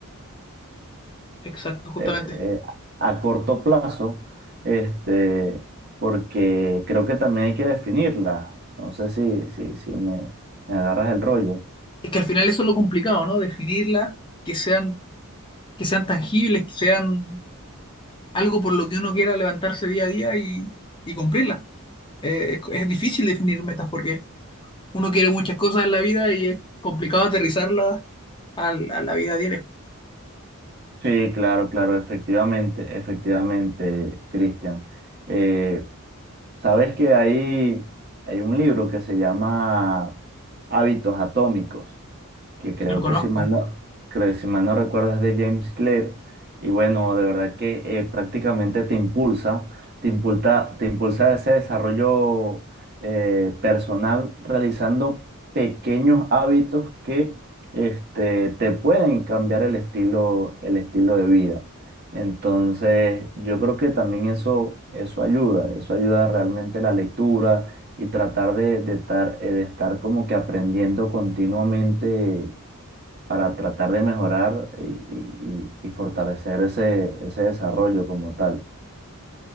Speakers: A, on the left; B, on the right.
A: exacto, justamente.
B: eh, eh, a corto plazo, este, porque creo que también hay que definirla. No sé si, si, si me, me agarras el rollo.
A: Es que al final eso es lo complicado, ¿no? Definirla, que sean que sean tangibles, que sean algo por lo que uno quiera levantarse día a día y, y cumplirla. Eh, es, es difícil definir metas porque uno quiere muchas cosas en la vida y es complicado aterrizarlas al- a, la vida diaria.
B: Sí, claro, claro, efectivamente, efectivamente, Cristian. Eh, sabes que hay, hay un libro que se llama Hábitos Atómicos que creo
A: Lo conozco,
B: que si mal no, creo, si mal no recuerdas de James Clear, y bueno, de verdad que eh, prácticamente te impulsa, te impulsa, te impulsa ese desarrollo eh, personal realizando pequeños hábitos que este, te pueden cambiar el estilo, el estilo de vida. Entonces, yo creo que también eso, eso ayuda, eso ayuda realmente la lectura y tratar de, de tar- eh, de estar como que aprendiendo continuamente para tratar de mejorar y, y- y- y fortalecer ese, ese desarrollo como tal.